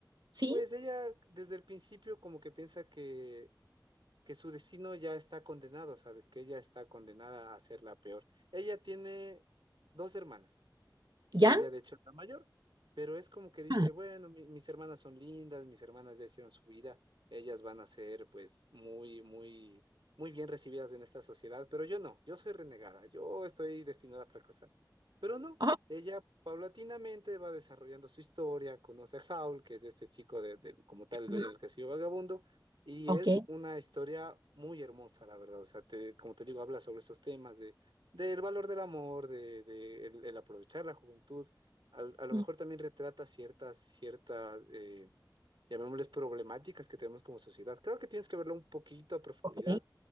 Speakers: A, on the right (about 60°); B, on the right (about 85°).
A: ¿Sí?
B: pues ella desde el principio como que piensa que, que su destino ya está condenado, ¿sabes? Que ella está condenada a ser la peor. Ella tiene dos hermanas y
A: ¿Ya?
B: ella de hecho es la mayor, pero es como que dice,
A: Ah, ¿ya?
B: bueno, mi- mis hermanas son lindas, mis hermanas ya hicieron su vida, ellas van a ser pues muy, muy, muy bien recibidas en esta sociedad, pero yo no, yo soy renegada, yo estoy destinada a fracasar. Pero no,
A: Ah,
B: ella paulatinamente va desarrollando su historia, conoce a Howl, que es este chico de, de- como tal, el dueño
A: ah,
B: del castillo vagabundo. Y
A: ok,
B: es una historia muy hermosa, la verdad. O sea, te- como te digo, habla sobre esos temas del valor del amor, de, de el, el aprovechar la juventud. Al- a lo
A: mm,
B: mejor también retrata ciertas, ciertas, eh, llamémosles problemáticas que tenemos como sociedad. Creo que tienes que verlo un poquito a profundidad,
A: ok,